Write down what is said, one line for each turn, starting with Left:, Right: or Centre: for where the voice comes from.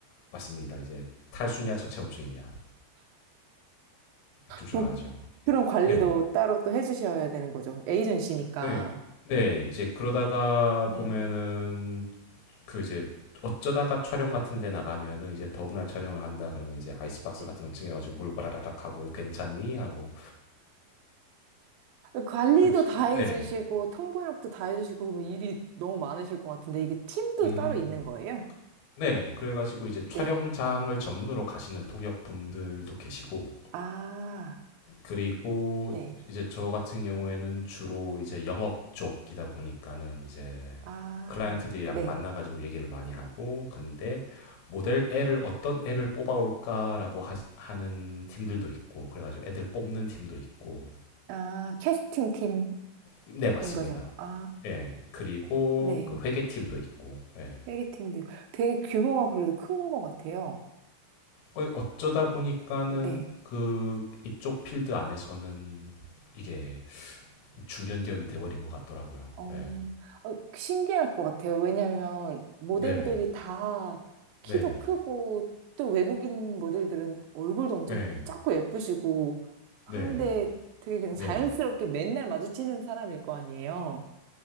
Left: 맞습니다. 이제 탈수냐 저체온증이냐 조충
Right: 그럼
Left: 안 하죠.
Right: 그런 관리도
Left: 네,
Right: 따로 또 해주셔야 되는 거죠. 에이전시니까.
Left: 네, 네. 이제 그러다가
Right: 네.
Left: 보면은 그 이제 어쩌다가 촬영 같은 데 나가면은 이제 더운 날 촬영을 한다 그러면 이제 아이스박스
Right: 네.
Left: 같은 거 챙겨가지고 물 와라라락 하고 괜찮니 하고
Right: 관리도
Left: 그치
Right: 다 해주시고
Left: 네네
Right: 통번역도 다 해주시고 그러면 일이 너무 많으실 것 같은데 이게 팀도
Left: 음
Right: 따로 있는 거예요?
Left: 네네 그래가지고 이제
Right: 네.
Left: 촬영장을 전문으로 가시는 통역 분들도 계시고
Right: 아,
Left: 그리고
Right: 네.
Left: 이제 저 같은 경우에는 주로 이제 영업 쪽이다 보니까는 이제
Right: 아,
Left: 클라이언트들이랑
Right: 네.
Left: 만나가지고 얘기를 많이 하고 근데 모델 애를 어떤 애를 뽑아올까라고 하, 하는 팀들도 있고 그래가지고 애들 뽑는 팀도 있고
Right: 아, 캐스팅 팀인
Left: 네 맞습니다
Right: 거죠. 아,
Left: 예 그리고
Right: 네.
Left: 그 회계 팀도 있고 예
Right: 회계팀도 있고. 되게 규모가 그래도 큰 것 같아요.
Left: 어- 어쩌다 보니까는
Right: 네.
Left: 그 이쪽 필드 안에서는 이게 중견 기업이 돼버린 것 같더라고요
Right: 어,
Left: 예
Right: 어, 신기할 것 같아요. 왜냐하면 모델들이
Left: 네네
Right: 다
Left: 네네
Right: 키도 크고 또 외국인 모델들은 얼굴도 엄청
Left: 예
Right: 작고 예쁘시고 한데
Left: 네네
Right: 되게 그냥
Left: 네네
Right: 자연스럽게 맨날 마주치는 사람일 거 아니에요.